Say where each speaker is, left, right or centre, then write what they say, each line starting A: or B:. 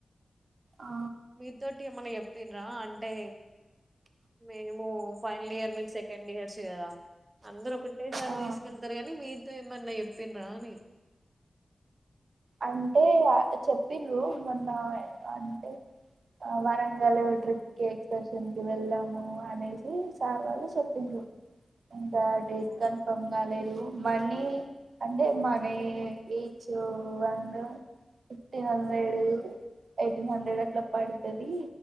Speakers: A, on the right (about 80°); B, on the right (about 35°).
A: ఆ
B: మీ తోటి ఏమన్న చెప్పిన్రా అంటే మేము ఫైనల్ ఇయర్ మీరు సెకండ్ ఇయర్స్ కదా అందరు ఒకటేసారి
A: ఆ
B: తీసుకెళ్తారు కానీ మీ తో ఏమన్న చెప్పిన్రా అని
A: అంటే చెప్పినృ మొన్న అంటే వరంగల్ ట్రిప్కి ఎక్స్కర్షన్ కి వెళ్ళాము అనేసి సార్ వాళ్ళు చెప్పిన్రు. ఇంకా డేట్
B: అవును
A: కన్ఫమ్ గాలేదు. మనీ అంటే మని ఈచ్చు వన్నూ ఫిఫ్టీన్ హండ్రెడ్ ఎయిటీన్ హండ్రెడ్ అట్లా పడుతది